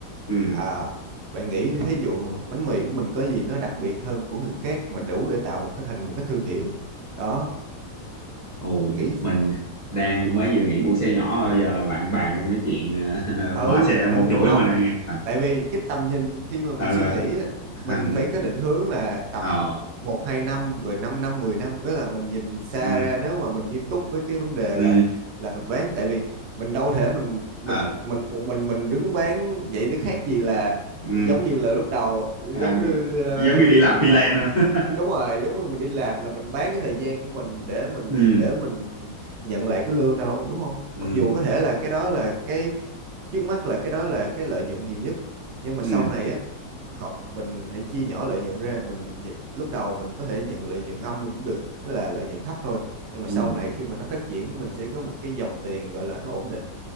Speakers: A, on the left; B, on the right.
A: ừ.
B: À, bạn nghĩ thí dụ bánh mì của mình có gì nó đặc biệt hơn của người khác mà đủ để tạo một cái thành một cái thương hiệu đó,
A: ôi
B: nghĩ
A: mình đang mới vừa nghỉ mua xe nhỏ rồi giờ bạn bàn luôn cái chuyện
B: ừ
A: <laughs> mở xe một
B: mình
A: chuỗi
B: không
A: mình nghe ờ
B: tại vì cái tầm nhìn khi mà mình
A: ờ
B: suy
A: ờ,
B: nghĩ á, mình
A: thằng
B: phải có định hướng là tầm
A: ờ
B: một hai năm rồi 5 năm năm, mười năm nghĩa là mình nhìn xa
A: ừ
B: ra nếu mà mình nghiêm túc với cái vấn đề
A: ừ
B: là là mình bán tại vì mình đâu thể mình mình
A: ờ
B: mình một mình mình đứng bán vậy nó khác gì là
A: ừ
B: giống như là lúc đầu
A: à,
B: giống như
A: đi, giống
B: uh, hồi
A: như đi
B: trước
A: làm
B: mình
A: freelance
B: bàn
A: rồi <laughs>
B: đúng rồi giống như mình đi làm là mình bán cái thời gian của mình để mình
A: ừ
B: để mình nhận lại cái lương đâu đúng không
A: ừ
B: mặc dù có thể là cái đó là cái trước mắt là cái đó là cái lợi nhuận nhiều nhất nhưng mà
A: Ừ,
B: sau này á học mình hãy chia nhỏ lợi nhuận ra mình lúc đầu mình có thể nhận lợi nhuận âm luôn cũng được tức là lợi nhuận thấp thôi nhưng mà
A: ừ,
B: sau này khi mà nó phát triển mình sẽ có một cái dòng tiền gọi là nó ổn định